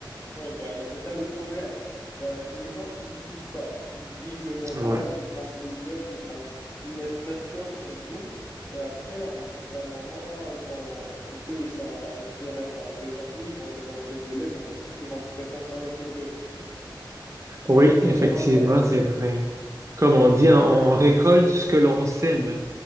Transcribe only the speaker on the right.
Ouais.
Oui,
effectivement,
c'est vrai. Comme
on dit, on on récolte ce que l'on sème.